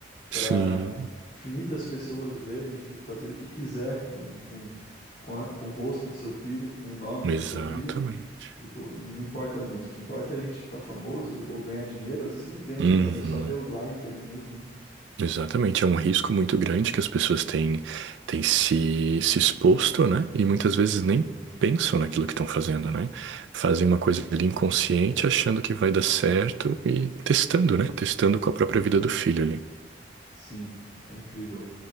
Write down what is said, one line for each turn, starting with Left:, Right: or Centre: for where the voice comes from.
Right: Sim,
Left: para infinitas pessoas verem e fi- fazerem o que quiser com, com, com, a- com o rosto do seu filho, com o nome
Right: exatamente.
Left: do seu filho. Tipo, não importa muito. O que importa é a gente ficar famoso ou ganhar dinheiro. Às vezes nem ganha
Right: Uhum,
Left: dinheiro, é só pelo like ali mesmo, né?
Right: exatamente. É um risco muito grande que as pessoas têm, têm se, se exposto, né? E muitas vezes nem pensam naquilo que estão fazendo, né? Fazem uma coisa ali inconsciente, achando que vai dar certo e testando, né? Testando com a própria vida do filho ali.
Left: Sim, é incrível.